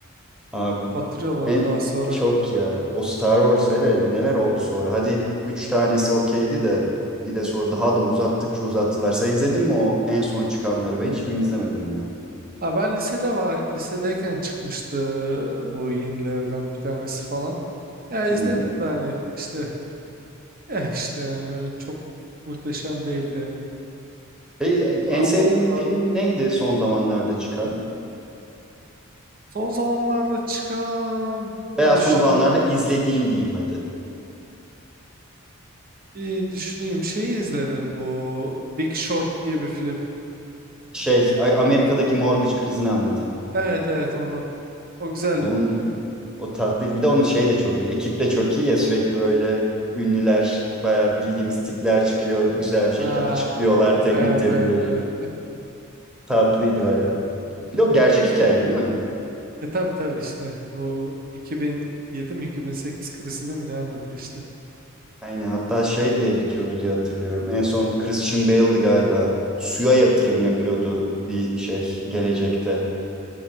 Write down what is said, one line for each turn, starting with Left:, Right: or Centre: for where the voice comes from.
Centre: Abi
Right: Batırıyorlar
Centre: en
Right: daha sonra.
Centre: çok ya. O Star Wars hele neler oldu sonra. Hadi üç tanesi okeydi de bir de sonra daha da uzattıkça uzattılar. Sen izledin mi o en son çıkanları? Ben hiçbirini izlemedim ya.
Right: Ha ben lisede var. Lisedeyken çıkmıştı bu yenilerden bir tanesi falan. Ya izledim
Centre: Hı.
Right: de hani işte eh işte yani öyle çok muhteşem değildi yani.
Centre: E,
Right: Ya
Centre: en sevdiğin
Right: o kadar.
Centre: film neydi son zamanlarda çıkan?
Right: Son zamanlarda çıkan bir
Centre: Veya
Right: düşüneyim
Centre: son zamanlarda
Right: bakın.
Centre: izlediğin diyeyim hadi.
Right: Bir düşüneyim. Şeyi izledim bu Big Short diye bir film.
Centre: Şey A- Amerika'daki mortgage krizini anlatan.
Right: Evet evet onu. O güzeldi
Centre: Onun
Right: baya.
Centre: o tatlıydı. Bir de onun şeyi de çok güzel. Ekip de çok iyi ya sürekli böyle ünlüler, bayağı bildiğimiz tipler çıkıyor. Güzel bir şekilde
Right: Ha,
Centre: açıklıyorlar teknik
Right: evet
Centre: terimleri.
Right: evet evet.
Centre: Tatlıydı
Right: <laughs>
Centre: bayağı. Bir de o gerçek hikayeydi değil mi?
Right: E tabi tabi işte bu 2007 mi 2008 krizini mi ne anlatıyor işte.
Centre: Aynen hatta şey diye bitiyordu diye hatırlıyorum. En son Christian Bale'di galiba. Suya yatırım yapıyordu bir şey gelecekte.